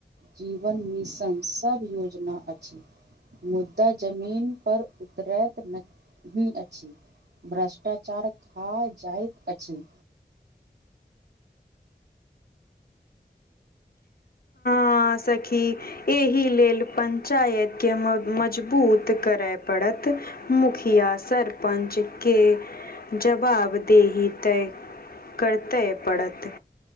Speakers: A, on the right; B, on the left.
A: जीवन मिशन सब योजना अछि। मुद्दा जमीन पर उतरैत नही अछी। भ्रष्टाचारक हॅं जाइत अछि।
B: हाँ सखी, एहि लेल पंचायत के मजबूत करय पड़त। मुखिया सरपञच के जवाब देही तै करतय पड़त